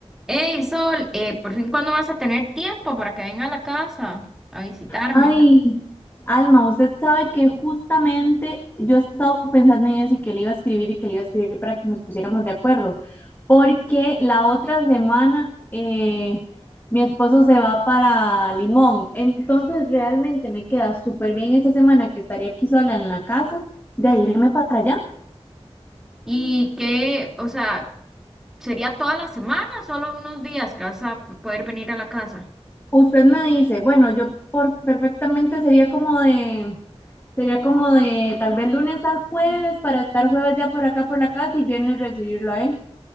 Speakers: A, in the centre; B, on the left.
A: Hey, Sol, eh, por fin, ¿cuándo vas a tener tiempo para que venga a la casa a visitarme?
B: Ay, Alma, usted sabe que justamente yo he estado pensando en eso y que le iba a escribir y que le iba a escribir para que nos pusiéramos de acuerdo, porque la otra semana eh, mi esposo se va para Limón, entonces realmente me queda súper bien esa semana que estaría aquí sola en la casa de irme para allá.
A: Y que, o sea, ¿sería toda la semana o solo unos días que vas a poder venir a la casa?
B: Usted me dice, bueno, yo por, perfectamente sería como de, sería como de tal vez lunes a jueves para estar jueves ya por acá por la casa y viernes recibirlo a él.